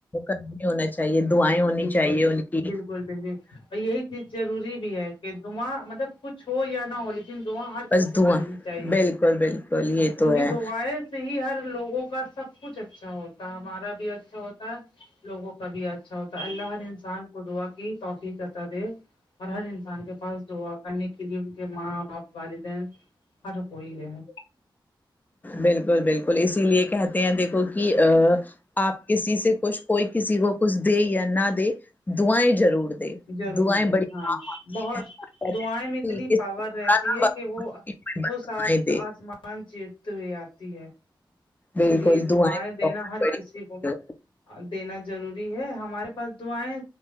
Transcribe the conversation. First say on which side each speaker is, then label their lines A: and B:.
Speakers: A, on the left (about 20°); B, on the left (about 85°).
A: کا نہیں ہونا چاہیے دعائیں ہونی
B: بالکل
A: چاہیے ان کی
B: بالکل اور یہی چیز جروری بھی ہے کہ دعا مطلب کچھ ہو یا نہ ہو لیک ن دعا ہر
A: بس
B: کسی
A: دعا
B: کی ہونی چاہیے
A: بالکل بالکل یہ تو
B: کیونکہ
A: ہے
B: دعائیں سے ہی ہر لوگوں کا سب کچھ اچھا ہوتا ہمارا بھی اچھا ہوتا ہے لوگوں کا بھی اچ اچھا ہوتا اللہ ہر انسان کو دعا کہ توفیق عطا دے اور ہر انسان کے پاس دعا کرنے کے لیے ان کے ماں باپ والدین ہر کوئی رہے
A: بالکل بالکل اسی لیے کہتے ہیں دیکھو کہ آ آپ کسی سے کچھ کوئی کسی کو کچھ دے یا نہ دے دعائیں ضرور دے
B: ضرور
A: دعائیں
B: دیں
A: بڑی
B: ہاں
A: کام آتی
B: بہت
A: ہیں اور کہتے
B: دعائیں
A: ہیں
B: میں اتنی
A: کہ کسی
B: پاور
A: کو برا
B: رہتی
A: نہ
B: ہے
A: بھلا،
B: کہ وہ وہ سات
A: دعائیں دے
B: آسمان چیرتے ہوئے آتی ہے اس
A: بالکل
B: لیے دعائیں
A: بھی
B: دینا
A: بہت
B: ہر
A: بڑی،
B: کسی کو دینا ضروری ہے ہمارے پاس دعائیں